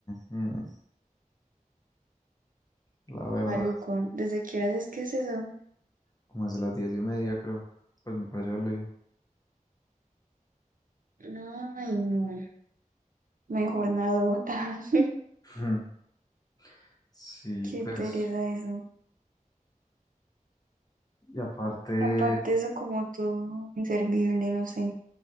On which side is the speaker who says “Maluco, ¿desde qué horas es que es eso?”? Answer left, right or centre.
Right